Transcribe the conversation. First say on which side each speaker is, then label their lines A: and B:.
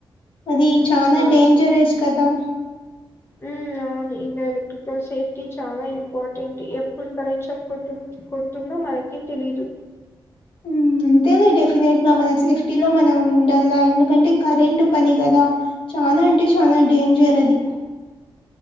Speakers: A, on the left (about 80°); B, on the left (about 25°).
A: అది
B: ఉమ్
A: చాలా డేంజరస్ కదా
B: మ్ అవును ఎలక్ట్రికల్ సేఫ్టీ చాలా ఇంపార్టెంట్ ఎప్పుడు కరెంట్ షాక్ కోడ్ కొడుతుందో మనకే తెలిదు
A: ఉమ్, అంతేలే డెఫినెట్ గా మన సేఫ్టీలో మనం ఉండాల ఎందుకంటే కరెంట్ పని కదా చ చనా అంటే చాలా డేంజర్ అది